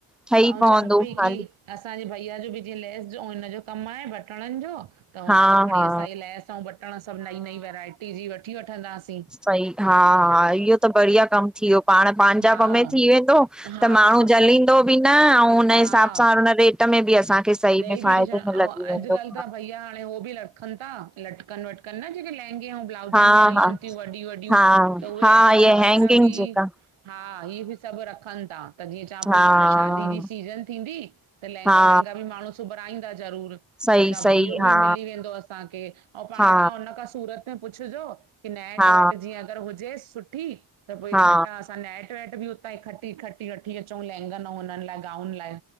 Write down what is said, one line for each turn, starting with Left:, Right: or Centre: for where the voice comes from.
Centre: ठही
Right: ऐं
Centre: पवंदो
Right: चवां पई
Centre: हाल
Right: की असांजे भइया जो बि जीअं लेस जो हुनज जो कमु आहे बटणनि जो त हुन
Centre: हा
Right: खां खणी
Centre: हा
Right: असां इहे लैस ऐं बटण सभु नईं नईं वैराइटी जी वठी वठंदासीं।
Centre: सई हा, हा इहो त बढ़िया कम थी वियो पाण पांजापा
Right: हा
Centre: में थी वेंदो
Right: हा
Centre: त माण्हू जलींदो बि न अऊं हुन
Right: हा
Centre: हिसाब सां त में बि असांखे सही
Right: ॾेई
Centre: में
Right: बि
Centre: फ़ायदे
Right: ॾिसण ऐं अॼुकल्ह
Centre: में लॻी वेंदो
Right: त भईया हाणे उ बि रखनि था लटकनि वटक कनि जेके लहंगे ऐं ब्लाउजनि
Centre: हा
Right: में हलनि
Centre: हा
Right: थियूं वॾियी, वॾियूं
Centre: हा
Right: त उहे
Centre: हा
Right: लटकनि
Centre: इहे
Right: वग़ैरह
Centre: हैंगिंग
Right: बि
Centre: जेका
Right: हा इहे बि सभु रखनि था, त जीअं चवां
Centre: हा
Right: पई हाणे शादी जी सीजन थींदी त लहंगा
Centre: हा
Right: वहगां त ॿि माण्हू सुबराईंदा ज़रूरु त
Centre: सही
Right: चवां
Centre: सही
Right: पई इहो बि
Centre: हा
Right: मिली वेंदो असांखे। अऊं पाण
Centre: हा
Right: तव्हां हुन खां सूरत त पुछजो की नेट
Centre: हा
Right: वेट जीअं अगरि हुजे सुठी, त पोइई
Centre: हा
Right: इकटॄठा असां नैट वैट बि उतां ई खटी खटी वठी अचूं लहंगन अऊं हुननि लाइ गाउन लाइ।